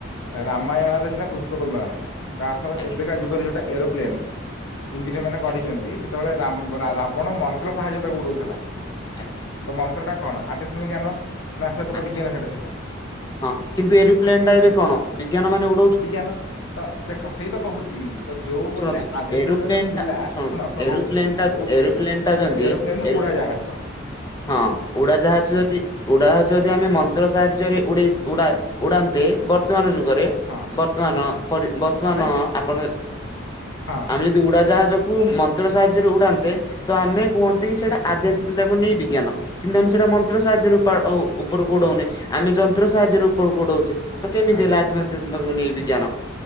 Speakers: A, on the left; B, on the left.
A: ରାମାୟଣରେ ଥିଲା ପୁଷ୍ପକ ବିମାନ ତା ଅର୍ଥ
B: ଆଜ୍ଞା
A: ଏବେକା ଯୁଗରେ ଯୋଉଟା ଏରୋପ୍ଲେନ। ଇଞ୍ଜିନିୟର ମାନେ ଗଢିଛନ୍ତି
B: ଆଜ୍ଞା
A: ସେତେବେଳେ ରାମ ରାବଣ ମନ୍ତ୍ର ସାହାଯ୍ୟରେ ତାକୁ ଉଡଉଥିଲା।
B: ଆଜ୍ଞା
A: ତ ମନ୍ତ୍ରଟା କଣ ଆଧ୍ୟାତ୍ମିକ ଜ୍ଞାନ
B: ଆଚ୍ଛା
A: <unintelligible>
B: ହଁ କିନ୍ତୁ ଏରୋପ୍ଲେନ ଟା ଏବେ କଣ ବିଜ୍ଞାନ ମାନେ ଉଡ
A: ବିଜ୍ଞାନତ ଦେଖ ସେଇ ତ କହୁଛି। ତ ଯୋଉ
B: ଶୁଣନ୍ତୁ
A: ଗୋଟେ ଆଧ୍ୟାତ୍ମିକରେ
B: ଏରୋପ୍ଲେନ
A: ଥିଲା
B: ଟା ଶୁଣନ୍ତୁ
A: ଶୁଣ କହୁଛି
B: ଏରୋପ୍ଲେନ ଟା
A: ଯୋଉ ଜିନିଷ
B: ଏରୋପ୍ଲେନ
A: <inaudible>
B: ଟା ଯଦି
A: <inaudible>
B: ଏରୋ
A: ଉଡ଼ାଜାହାଜ
B: ହଁ ଉଡାଜାହାଜ ଯଦି ଉଡ଼ାଜାହାଜ ଯଦି ଆମେ ମନ୍ତ୍ର ସାହାଯ୍ୟରେ ଉଡେଇ ଉଡ଼ା ଉଡ଼ାନ୍ତେ ବର୍ତ୍ତମାନ ଯୁଗରେ
A: ହଁ
B: ବର୍ତ୍ତମାନ ପରି ବର୍ତ୍ତମାନ
A: ନାଇଁ
B: ଆପଣ
A: ହଁ
B: ଆମେ ଯଦି ଉଡାଜାହାଜକୁୁ
A: କ
B: ମନ୍ତ୍ର ସାହାଯ୍ୟରେ ଉଡ଼ାନ୍ତେ ତ ଆମେ କୁହନ୍ତି କି ସେଇଟା ଆଧ୍ୟାତ୍ମିକତାକୁ ନେଇ ବିଜ୍ଞାନ। କିନ୍ତୁ ଆମେ ସେଟା ମନ୍ତ୍ର ସାହାଯ୍ୟରେ ଉପା ଆଉ ଉପର କୁ ଉଡଉନେ ଆମେ ଯନ୍ତ୍ର ସାହାଯ୍ୟରେ ଉପରକୁ ଉଡଉଛେ। ତ କେମିତି
A: ଆଚ୍ଛା
B: ହେଲା ଆଜି ମ ତମ ବିଜ୍ଞାନ?